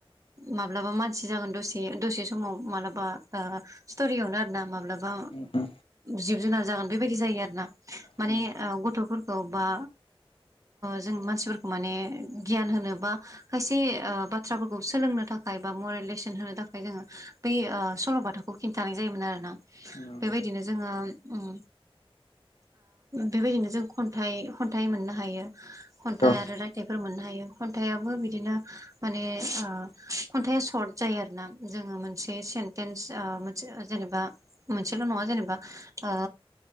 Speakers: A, on the right; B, on the left.
A: माब्लाबा मानसि जागोन दसे दसे समाव माब्लाबा ओ स्ट'रियावनो आरोना माब्लाबा
B: नंगौ
A: जिब जुनार जागोन बेबायदि जायो आरो ना
B: औ
A: माने गथ'फोरखौ बा जों मानसिफोरखौ माने गियान होनो बा खायसे बाथ्राफोरखौ ओ सोलोंनो थाखाय बा मरेल लेसन होनो थाखाय जोङो बे ओ सल'बाथाखौ खिन्थानाय जायोमोन आरोना
B: नंगौ
A: बेबायदिनो जोङो उम बेबायदिनो जों खन्थाइ खन्थाइ मोननो हायो खन्थाइ
B: नंगौ औ
A: आरो रायथाइफोर मोननो हायो खन्थाइाबो बिदिनो माने ओ खन्थाइा सर्ट जायो आरो ना जोङो मोनसे सेन्टेन्स मोनसे जेनेबा एसेल' नङा जेनेबा ओ